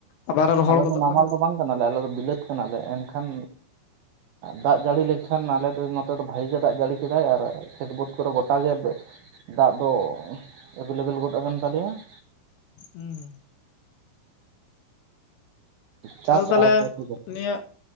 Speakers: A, on the left (about 70°); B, on the right (about 75°).
A: ᱟᱵᱟᱨᱮ ᱨᱚᱦᱚᱲ
B: ᱟᱞᱮ
A: ᱜᱚᱫᱚᱜ
B: ᱫᱚ ᱱᱟᱢᱟᱞ
A: ᱠᱟᱱᱟ
B: ᱫᱚ ᱵᱟᱝ ᱾ ᱠᱟᱱᱟᱞᱮ ᱟᱞᱮ ᱫᱚ ᱵᱤᱞᱟᱹᱛ ᱠᱟᱱᱟᱞᱮ ᱮᱱᱠᱷᱟᱱ ᱫᱟᱜ ᱡᱟᱹᱲᱤ ᱞᱮᱱᱠᱷᱟᱱ ᱟᱞᱮ ᱫᱚ ᱱᱚᱛᱮ ᱫᱚ ᱵᱷᱟᱜᱮ ᱜᱮ ᱫᱟᱜ ᱡᱟᱹᱲᱤ ᱠᱮᱫᱟᱭ ᱟᱨ ᱠᱷᱮᱛ ᱵᱟᱹᱫᱽ ᱠᱚᱨᱮ ᱜᱚᱴᱟᱜᱮ ᱾ ᱫᱟᱜ ᱫᱚ ᱮᱵᱮᱞᱮᱵᱮᱞ ᱜᱚᱫ ᱟᱠᱟᱱ ᱛᱟᱞᱮᱭᱟ ᱾
A: ᱦᱩᱸ
B: ᱪᱟᱥ
A: ᱟᱫᱚ ᱛᱟᱦᱚᱞᱮ
B: ᱟᱨᱟᱢᱵᱚ ᱠᱮᱫᱟ
A: ᱱᱤᱭᱟᱹ